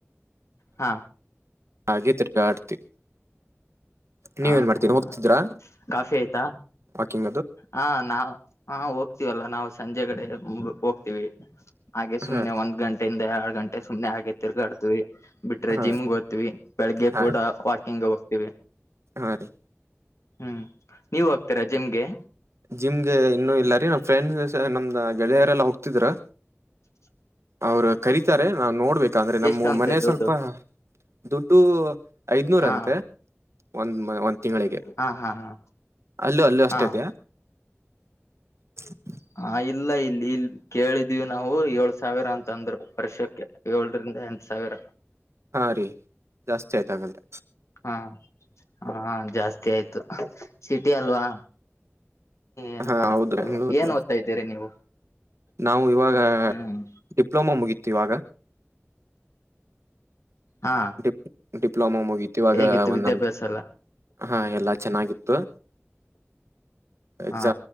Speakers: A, on the left (about 80°); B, on the right (about 70°).
A: ಹಾ
B: ಹಾಗೆ ತಿರ್ಗ ಆಡ್ತಿ
A: ಹಾ
B: ನೀವೇಏನ್ ಮಾಡಾ್ತೀರಿಿ
A: ಹಾ
B: ಹೋಗ್ತಿದ್ರಾ
A: ಹಾ ಕಾಫಿ ಆಯ್ತಾ
B: ವಾಕಿಂಗ್ ಅದು
A: ಹಾ ನಾ ಹಾ ಹೋಗ್ತೀವಲ್ಲಾ ನಾವು ಸಂಜೆ ಕಡೆ ಮು ಹೋಗ್ತೀವಿ ಹಾಗೆ ಸುಮನೆ
B: ಹಾ
A: ಒಂದ್ ಗಂಟೆಯಿಂದ ಹ ಸುಮ್ನೆ ಹಾಗೆ ತಿರ್ಗಾಡ್ತವಿ ಬಿಟ್ರೆ
B: ಹಾ
A: ಜಿಮ್ ಓ್ತಿವಿ ಬೆಳಿಗ್ಗೆ
B: ಹಾ
A: ಕೂಡ ವಾಕಿಂಗ್ ಹೋಗ್ತೀವಿ
B: ಹಾ ರೀ
A: ಹ್ಮ್ ನೀವ ಹೋಗ್ತೀರಾ ಜಿಮ್ಗೆ
B: ಜಿಮ್ ಗೆ ಇನ್ನುೂ ಇಲ್ಲಾರಿೀ ನಮ್ಮ್ ಫ್ರೆಂಡ್ ನಮ್ದ ಗೆಳೆಯರೆಲ್ಲಾ ಹೋಗ್ತಿದ್ರ
A: ಭ
B: ಅವರು ಕರೀತಾರೆ ನಾವವು ನೋಡ್ಬೇಕ ಅಂದ್ರೆ ನಮ್ಮ
A: ಎಷ್ಟು ಅಂತೆ
B: ಮನೆ
A: ದುಡ್ಡು
B: ಸ್ವಲ್ಪ ದುಡ್ಡು ಟು--ಐದನೂರಂತ
A: ಹಾ
B: ಒಂದ್ ಟು ಮಗಾ ಒಂದ್ ತಿಂಗಳಿಗೆ.
A: ಹಾ ಹಾ ಹಾ
B: ಅಲ್ಲೂ ಅಲ್ಲೂ ಅಷ್ಟೇ
A: ಹಾ
B: ಇದೆಯಾ ಚಿಪ್
A: ಹಾ ಇಲ್ಲ ಇಲ್ಲಿ ಇಲ್ ಕೇಳಿದೇವಿ ನಾವು ಏಳ್ ಸಾವಿರ ಅಂತ ಅಂದ್ರು ವರ್ಷಕ್ಕೆ ಏಳುರಿಂದ್ ಇದ ಎಂಟು ಸಾವಿರ
B: ಹಾ ರೀ ಜಾಸ್ತಿ ಆಯ್ತ ಆಗಾದ್ರೆ.
A: ಹಾ ಹಾ ಜಾಸ್ತಿ ಆಯ್ತು ಸಿಟಿ ಅಲ್ವಾ ಏನು
B: ಹಾ
A: ಮಾಡಕು
B: ಹೌದು ಬೆಂಗಳೂರು
A: ಏನ್ ಓದ್ತಾ ಇದ್ದೀರಿ ನೀವು.
B: ನಾವು ಇವಾಗ
A: ಹ್ಮ್
B: ಡಿಪ್ಲೊಮಾ ಮುಗೀತ್ ಇವಾಗ
A: ಹಾ
B: ಡಿಪ್ ಡಿಪ್ಲೊಮಾ ಮುಗಿತಿ ಇವಾಗ
A: ಹೇಗಿತ್ತು
B: ಒಂದ
A: ವಿದ್ಯಾಭ್ಯಾಸ
B: ನಮ್ದ್
A: ಎಲ್ಲ
B: ಹಾ ಎಲ್ಲಾ ಚೆನ್ನಾಗಿತ್ತು. ಎಗಸ್
A: ಹಾ